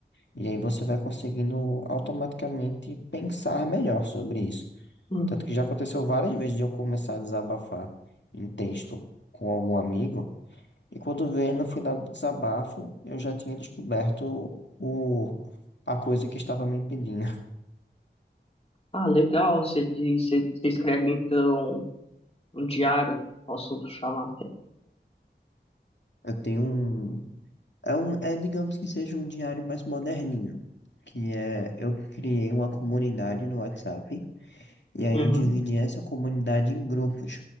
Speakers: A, on the left (about 75°); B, on the left (about 30°).
A: e aí você vai conseguindo automaticamente pensar melhor sobre isso.
B: Uhum.
A: Tanto que já aconteceu várias vezes de eu começar a desabafar em texto com algum amigo, e quando veio no final do desabafo, eu já tinha descoberto o, a coisa que estava me impedindo.
B: Ah, legal. Você, diz- você, você escreve então um diário, posso chamar assim.
A: Eu tenho um, É um, é, digamos que seja um diário mais moderninho, que é, eu criei uma comunidade no WhatsApp e aí
B: Uhum.
A: eu dividi essa comunidade em grupos.